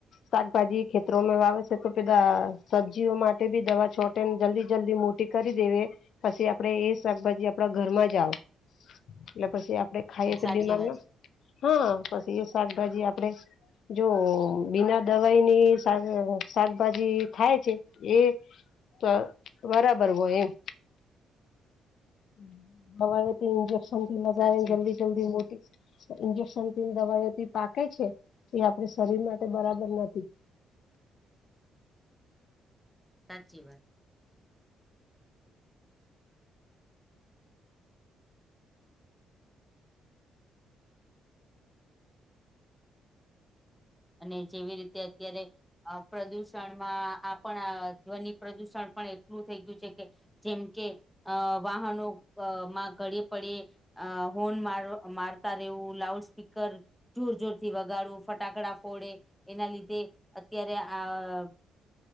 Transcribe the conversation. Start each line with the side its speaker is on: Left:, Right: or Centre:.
Left: શાકભાજી ખેતરોમાં વાવે છે. તો <unintelligible> સબ્જીઓ માટે બી દવા છોટે ને જલ્દી જલ્દી મો ટી કરી દેવે પછી આપડે એ શાકભાજી આપડા ઘરમાં જ આવ એટલે પછી આપડે ખાઈએ તો
Centre: સાચી
Left: બીમાર
Centre: વાત
Left: ના
Centre: છે
Left: હા પછી એ શાકભાજી આપડે જો બિન દવાઈની શાક-શાકભાજી થાય છે. એ ત બરાબર હોય. એમ <unintelligible> ઇજેક્શનથી લગાવીને
Centre: સાચી
Left: જલ્દી જલ્દી મોટી ઈન્જેક્શનથી ને દવાઓથી પાકે છે. એ આપડે શરીર માટે બરાબર નથી
Centre: સાચી વાત અને જેવી રીતે અત્યારે આ પ્રદુષણમાં આ પણ ધ્વનિ પ્રદુષણ પણ એટલું થઈ ગયું છે કે જેમ કે અ વાહનોમાં <unintelligible> પડે અ હોન માર-મારતા રહેવું લાઉડ સ્પીકર જોર જોરથી વગાડવું ફટાકડા ફોડે એના લીધે અત્યારે આ